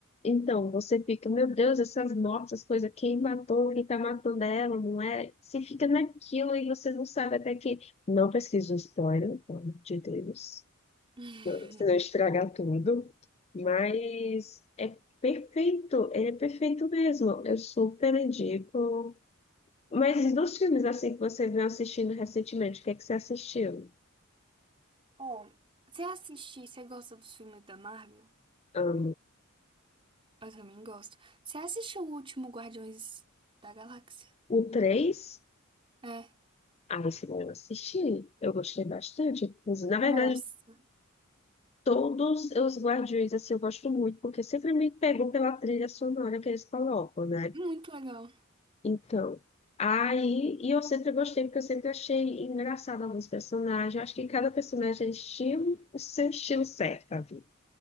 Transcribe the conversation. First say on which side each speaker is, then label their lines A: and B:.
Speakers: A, on the left; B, on the right.
A: então, você fica, meu Deus, essas mortes, essas coisas, quem matou, quem está matando ela, não é? Você fica naquilo e você não sabe até que. Não pesquisa o spoiler, pelo amor de Deus
B: <laughs>
A: se não estragar tudo. Mas é perfeito, ele é perfeito mesmo. Eu super indico. Mas dos filmes assim que você veio assistindo recentemente, o que é que você assistiu?
B: Ó, você assistir, você gosta dos filmes da Marvel?
A: Ah,
B: Eu também gosto. Você assistiu o último Guardiões da Galáxia?
A: O três,
B: É.
A: ah, esse eu assisti. Eu gostei bastante. Inclusive, Na verdade,
B: Nossa,
A: todos os Guardiões assim, eu gosto muito, porque sempre me pegou pela trilha sonora que eles colocam, né?
B: muito legal.
A: Então, aí, e eu sempre gostei, porque eu sempre achei engraçado alguns personagens. Eu acho que cada personagem é estilo, o seu estilo certo, ali.